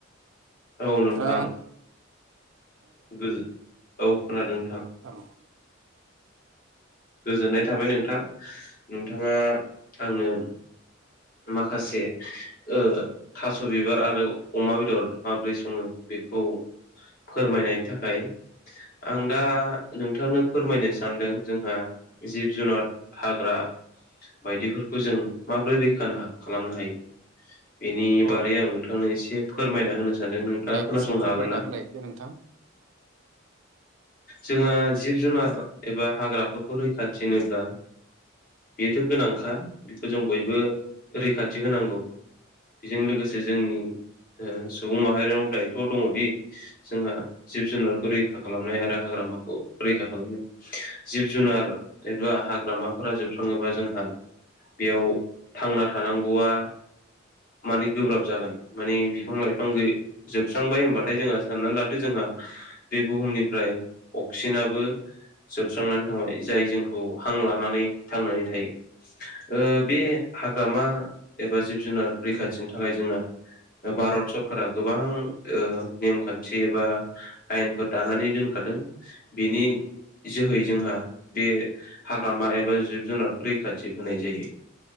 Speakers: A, on the left; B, on the right.
A: औ नोंथां
B: दा
A: गोजो औ खोनादों नोंथां।
B: अह।
A: गोजोननाय थाबाय नोंथां नोंथाङा आंनो माखासे ओह थास' बिबार आरो अमा बेदर माबोरै सङो बेखौ फोरमायनायनि थाखाय आं दा नोंथांनो फोरमायनो सानदों जोंहा जिब जुनाद हाग्रा बायदिफोरखौ जों माबोरै रैखानो खालामनो हायो। बेनि
B: अ
A: बारै आं नोंथांनो एसे फोरमायना होनो सा सानदों नोंथाङा
B: दे
A: खोनासंनो
B: एसे फोरमायना
A: हागोन ना?
B: होलाय नोंथां
A: जोंहा जिब जुनार एबा हाग्रा रैखाथि होनोब्ला बेथ' गोनांखा बेखौ जों बयबो रैखाथि होनांगौ बिजों लोगोसे जोंनि ओ सुबुं माहारियाव दायथ' दङदि जोंहा जिब जुनारखौ रैखा खालामनाय आरो हाग्रामाखौ रैखा खालामनाय जिब जुनार एबा हाग्रामाफोरा जोबस्राङोबा जोंहा बेयाव थांना थानांगौआ माने गोब्राब जागोन माने बिफां लाइफां गै जोबस्रांबाय होमबाथाय जोंहा सानना लादो जोंहा बे बुहुमनिफ्राय अक्सिजेनाबो जोबस्रांना थांबाय जाय जोंखौ हां लानानै थांनानै थायो। ओ बे हाग्रामा एबा जिब जुनार रैखाथिनि थाखाय जोंना भारत सरकारा गोबां ओ नेमखान्थि एबा आयेनफोर दानानै दोनखादों बेनि जोहै जोंहा बे हाग्रामा एबा जिब जुनारखौ रैखाथि होनाय जायो।